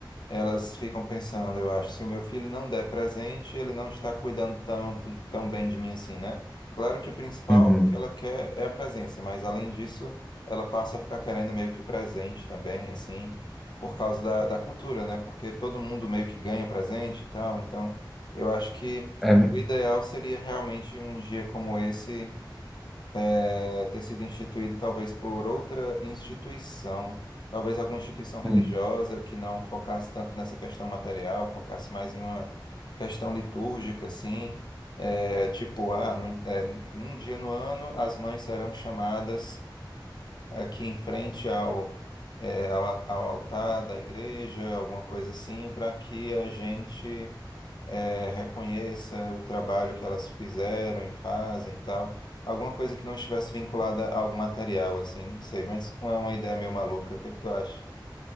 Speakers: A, on the left; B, in the centre.
A: elas ficam pensando, eu acho, se o meu filho não der presente, ele não está cuidando tanto, tão bem de mim assim, né? Claro que o principal
B: Uhum.
A: que ela quer é a presença, mas além disso, ela passa a ficar querendo meio que o presente também, assim, por causa da, da cultura, né? Porque todo mundo meio que ganha presente e tal, então eu acho que
B: É,
A: o ideal seria realmente um dia como esse é, ter sido instituído talvez por outra instituição, talvez alguma instituição religiosa
B: uhum.
A: que não focasse tanto nessa questão material, focasse mais em uma questão litúrgica, assim, é, tipo, ah, no- é, um dia no ano as mães serão chamadas aqui em frente ao, é, ao, a- ao altar da igreja, alguma coisa assim, para que a gente é, reconheça o trabalho que elas fizeram e fazem e tal. Alguma coisa que não estivesse vinculada a algo material, assim, não sei, mas é uma, uma ideia meio maluca. O que é que tu acha?